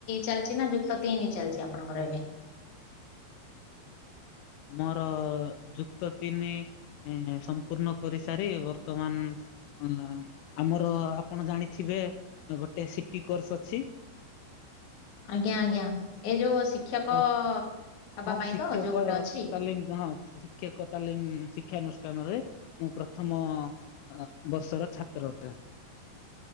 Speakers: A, on the left (about 50°); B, on the left (about 80°).
A: ଚାଲିଚି ନା ଯୁକ୍ତ ତିନି ଚାଲିଚି ଆପଣଙ୍କର ଏବେ?
B: ମୋର ଯୁକ୍ତ ତିନି ସମ୍ପୂର୍ଣ କରିସାରି ବର୍ତ୍ତମାନ ଅ ଆମର ଆପଣ ଜାଣିଥିବେ ଗୋଟେ ସିଟି କୋର୍ସ ଅଛି?
A: ଆଜ୍ଞା ଆଜ୍ଞା ଏ ଯୋଉ ଶିକ୍ଷକ
B: ତ
A: ହବା
B: ହଁ
A: ପାଇଁ
B: ଶିକ୍ଷକ
A: ତ ଯୋଉ ଗୋଟେ ଅଛି
B: ତାଲିମ ହଁ। ଶିକ୍ଷକ ତାଲିମ ଶିକ୍ଷାନୁଷ୍ଠାନରେ ମୁଁ ପ୍ରଥମ ଆ ବର୍ଷର ଛାତ୍ର ଅଟେ।